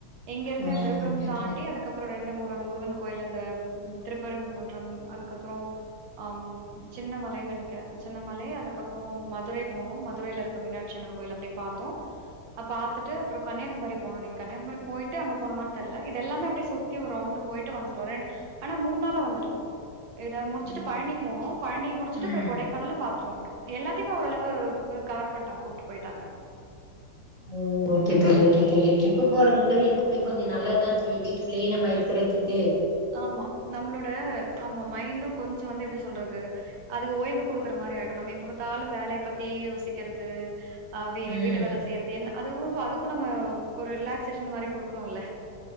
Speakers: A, on the right; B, on the right.
A: எங்கிருந்து
B: ஆ
A: விழுப்புரம்
B: ஓகே ஓகே
A: தாண்டி அதுக்கப்புற ரெண்டு மூணு முருகன் கோயில் அந்த திருப்பரன்குன்றம் அதுக்கப்புறோ அம் சின்னமலைன்னு நெனைக்கிறே சின்னமலை அதுக்கப்புற மதுரை போனோ மதுரைல இருக்க மீனாட்சிஅம்மன் கோயில் அப்டியே பாத்தோம் பாத்துட்டு அப்புறம் கன்னியாகுமரி போனோ கன்னியாகுமரி போயிட்டு அங்க போனோமானு தெர்ல இது எல்லாமே அப்டியே சுத்தி ஒரு ரவுண்டு் போயிட்டு வந்துட்டோ ஆனா மூணு நாள்ள வந்துட்டோ முடிச்சுட்டு
B: ம்
A: பழனி
B: ஓகே
A: போனோ
B: ஓகே
A: பழனி முடிச்சுட்டு
B: ம்
A: அப்புறோ கொடைக்கானலு பாத்துட்டு வன் ட்டோ எல்லாத்தையுமே ஓரளவு கவர் பண்டோ கூப்ட்டு போயிட்டாங்க அவங்க
B: ஓ ஓகே தோழி ஓகே தோழி ட்ரிப்பு போறதுங்கிறது எப்பவுமே கொஞ்ச நல்லது தா தோழி வீட்டுக்குள்ளேயே நம்ம இருக்குறதுக்கு
A: ஆமா நம்மளோட ஆமா மைண்டு கொஞ்சோ வந்து எப்டி சொல்றது அதுக்கு ஓய்வு குடுக்குற மாரி ஆயிடும் நம்ம எப்ப பாத்தாலு வேலைய பத்தியே யோசிக்கிறது அ வ
B: ம்
A: வீட்டு வேலை செய்றது என்ன அது வந்து அதுக்கு நம்ம ஒரு ரிலாக்சேஷன் மாதிரி குடுக்கணுல்ல